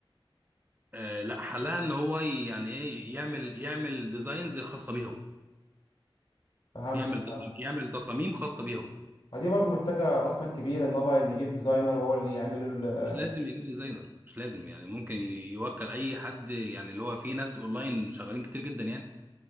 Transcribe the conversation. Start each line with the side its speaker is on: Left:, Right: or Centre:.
Right: آه، لا حلها ان هو ي- يعني ايه يعمل يعمل ديزاينز خاصه بيه هو
Left: فهمتك
Right: يعمل
Left: فهمتك
Right: يعمل تصاميم خاصه بيه هو
Left: فدي برضو محتاجه راس مال كبيره ان هو بقى اللي يجيب ديزاينر هو اللي يعمله ال-
Right: مش لازم يجيب ديزاينر مش لازم يعني ممكن ي- يوكل اي حد يعني اللي هو في ناس اونلاين شغالين كتير جدا يعني